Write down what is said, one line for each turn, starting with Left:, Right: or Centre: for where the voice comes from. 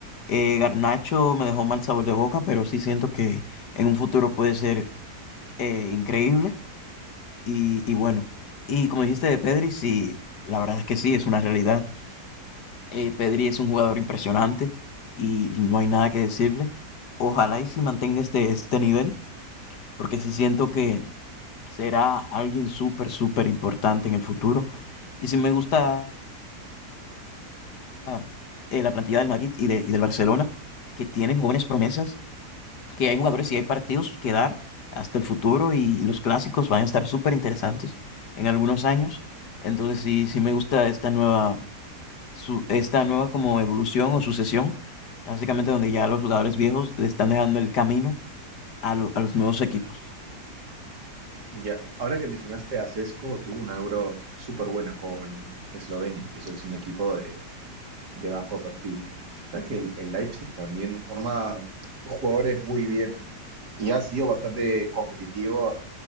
Left: Eh, Garnacho me dejó mal sabor de boca, pero sí siento que en un futuro puede ser eh, increíble y, y bueno. Y como dijiste de Pedri, sí, la verdad es que sí, es una realidad. Eh, Pedri es un jugador impresionante y no hay nada que decirle. Ojalá y si mantenga este, este nivel, porque sí siento que será alguien súper, súper importante en el futuro. Y si me gusta ah, eh, la plantilla del Madrid y, de- y del Barcelona, que tienen jóvenes promesas, que hay jugadores y hay partidos que dar hasta el futuro y los clásicos van a estar súper interesantes en algunos años. Entonces sí, sí me gusta esta nueva, su- esta nueva como evolución o sucesión, básicamente donde ya los jugadores viejos le están dejando el camino a, lo- a los nuevos equipos.
Right: Ya, ahora que mencionaste a Sesco, tuvo una Euro súper buena con Eslovenia. Y eso es un equipo de, de bajo perfil. Sabes que el, el Leipzig también forma jugadores muy bien y ha sido bastante competitivo,